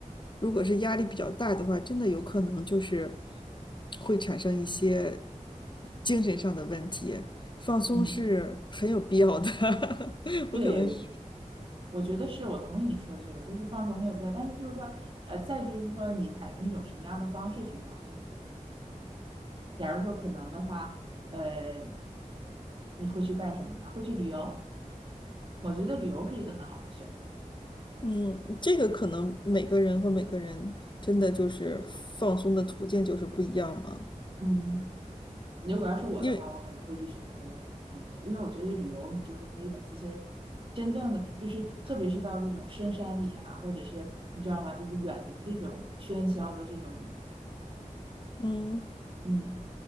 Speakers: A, on the left (about 35°); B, on the right (about 40°).
A: 如果是压力比较大的话，真的有可能就是会产生一些精神上的问题。放松是很有必要的
B: 嗯，
A: <laughs>，
B: 对，
A: 我可能是，
B: 我觉得是我同意你说这个，就是放松很有必要，但是就是说，呃，再就是说，你采用一种什么样的方式去放松？假如说可能的话，呃，你会去干什么呢？会去旅游？我觉得旅游是一个很好的选择。
A: 嗯，这个可能每个人和每个人真的就是放松的途径就是不一样嘛，
B: 嗯，如果要是我的话，
A: 因为，
B: 我可能会去选择旅游，因为我觉得旅游你就是可以把这些真正的，就是特别是到这种深山里啊，或者是你知道吗，就是远离这种喧嚣的这种旅游，
A: 嗯
B: 嗯，